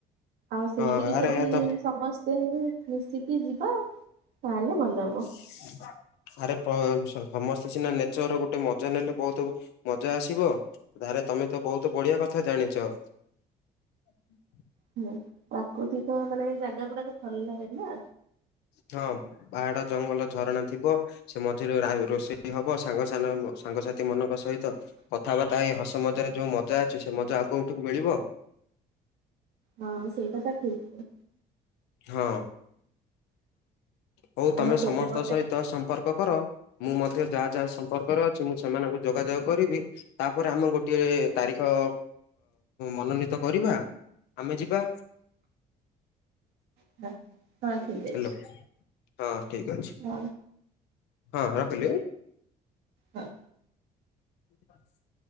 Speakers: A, on the right (about 85°); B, on the left (about 85°).
A: ଆଉ ସେଇଠିକି
B: ହଁ ଆରେ
A: ଯଦି
B: ଏହା ତ
A: ସମସ୍ତ। ମିଶିକି ଯିବା ଆ ତାହେଲେ ଭଲ ହବ।
B: ଛି ଛି। <unintelligible> ଆରେ ପ ସମସ୍ତେ ସିନା ନେଚର ଗୋଟେ ମଜା ନେଲେ ବହୁତ ମଜା ଆସିବ। ଧାରେ ତମେ ତ ବହୁତ ବଢିଆ କଥା ଜାଣିଛ। <unintelligible>
A: ହୁଁ ପ୍ରାକୃତିକ ମାନେ ଜାଗା ଗୁରାକ ଭଲ ଲାଗେ ନା।
B: ହଁ ପାହାଡ ଜଙ୍ଗଲ ଝରଣା ଥିବ। ସେ ମଝିରେ ରା ରୋଷେଇ ହବ ସାଙ୍ଗ ସାନ ସାଙ୍ଗସାଥି ମାନଙ୍କ ସହିତ। କଥାବାର୍ତ୍ତା ଏଇ ହସ ମଜାରେ ଯୋଉ ମଜା ଅଛି ସେ ମଜା ଆଉ କୋଉଠୁ ମିଳିବ।
A: ହଁ ସେଇଟା ତ ଠିକ।
B: ହଁ ହଉ ତମେ
A: ଆଉ
B: ସମସ୍ତ
A: କେବେ ଗୋଟେ
B: ସହିତ ସମ୍ପର୍କ କର ମୁଁ ମଧ୍ୟ ଯାହା ଯାହା ସମ୍ପର୍କରେ ଅଛି ମୁଁ ସେମାନଙ୍କୁ ଯୋଗାଯୋଗ କରିବି। ତାପରେ ଆମେ ଗୋଟିଏ ତାରିଖ ମନୋନୀତ କରିବା ଆମେ ଯିବା।
A: ହଁ। <unintelligible> ଠିକ
B: ହ୍ୟାଲୋ
A: ଅଛି
B: ହଁ ଠିକ ଅଛି।
A: ହଁ
B: ହଁ ରଖିଲି।
A: ହଁ।
B: <unintelligible>